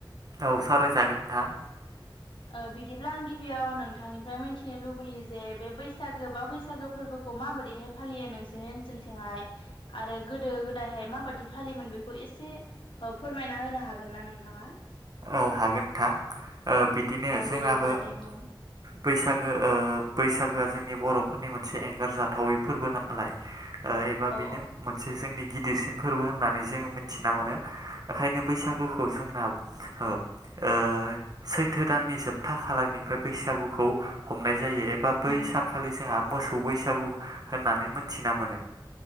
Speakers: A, on the right; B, on the left.
A: औ सावरायजागोन नोंथां।
B: ओ बिदिब्ला आं गिबियाव नोंथांनिफ्राय मिथिनो लुबैयो जे बे बैसागो बा बैसागो फोरबो खौ माबोरैहाय फालियो नोंसोरनि ओनसोलथिंहाय आरो गोदो गोदायहाय माबायदि फालियोमोन बेखौ ए एसे फोरमायना होनो हागोन ना नोंथाङा?
A: औ हागोन नोंथां। ओ बिदिनो
B: औ
A: जोंनाबो
B: बिदिब्ला दे बुं
A: बैसागो ओ बैसागोआ जोंनि बर'फोरनि मोनसे एंगार जाथावै फोरबो नालाय ओ एबा
B: औ
A: बेनो मोनसे जोंनि गि दिसिन फोरबो होननानै जोङो मिथिना मोनो। ओंखायनो बैसागुखौ जोंना हो ओ सैथो दाननि जोबथा खालारनिफ्राय बैसागुखौ हम नाय जायो एबा बै
B: उम
A: सानखालि जोंहा मोसौ बैसागु होननानै मोनथिना मोनो।